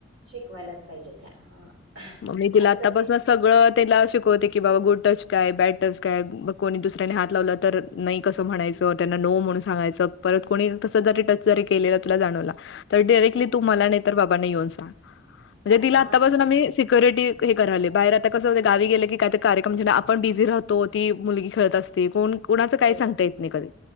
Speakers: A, on the right (about 65°); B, on the left (about 60°).
A: शिकवायलाच पाहिजेत ह्या
B: मग मी
A: कारण
B: तिला आत्तापासून
A: कसये
B: सगळं त्याला शिकवते की बाबा गुड टच काय बॅड टच काय कोणी दुसऱ्याने हात लावला तर नाही कसं म्हणायचं
A: आहे
B: त्यांना नो म्हणून सांगायचं परत कोणी कस जरी टच जरी केलेलं तुला जाणवला तर डिरेक्टली
A: हां.
B: तू मला नाही तर बाबा येऊन सांग
A: सांग
B: म्हणजे तिला
A: हां,
B: आतापासून
A: बरोबर.
B: आम्ही सी सिक्युरिटी हे करायले बाहेर आता कस होते गावी गेले की काय तर कार्यक्रम तेन आपण बिझी राहतो ती मुलगी खेळत अस ते कोण कोणाच काही
A: हो,
B: सांगता
A: हो.
B: येत कधी